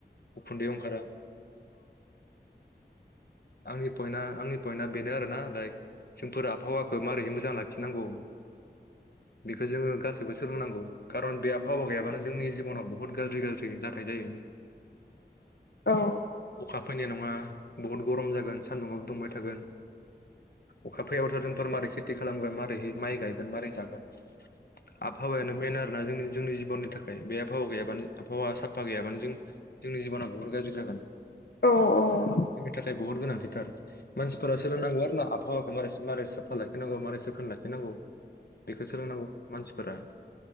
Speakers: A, on the left; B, on the left.
A: उखुन्दै ओंखारा। आंनि पइटना आंनि पइन्टआ बेनो आरोना लाइक जोंफोर आबहावाखौ मारैहै मोजां लाखिनांगौ। बेखौ जोङो गासैबो सोलोंनांगौ खारन बे आबहावा गैयाबानो जोंनि जिबनाव बुहुत गाज्रि-गाज्रि जाथाय जायो।
B: औ।
A: अखा फैनाय नङा बहुत गरम जागोन। सानदुंआव दुंबाय थागोन अखा फैाबथ' जोंफोर मारै खेथि खालामगोन मारोरैह माइ गायगोन मारै जागोन। आबहावानो मेन। ज'ना जोंनि। जोंनि जिबननि थाखाय बे आबहाव गैयाबानो आहावा साब हावा गैयाबानो जों जोंनि जिबना बुहुत गाज्रि जागोन।
B: औ औ।
A: जोंनि थाखाय बहुत गोनांथिथार। मानसिफोरा सोलोंनांगौ आरो ना आबहावाखौ मारै मारै साफा लाखिनांगौ। मारै सोखोन लाखिनांगौ बेखौ सोलों नांगौ मानसिफोरा।